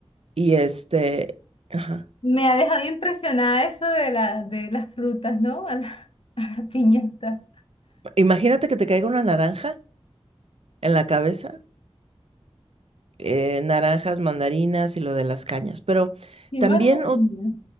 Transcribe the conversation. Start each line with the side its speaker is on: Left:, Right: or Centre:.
Right: Y este, ajá.
Left: Me ha dejado impresionada eso de la, de las frutas, ¿no? A la, <laughs> a la piñata.
Right: Imagínate que te caiga una naranja en la cabeza. eh, naranjas, mandarinas y lo de las cañas. Pero
Left: Qué
Right: también
Left: maravilla.
Right: o-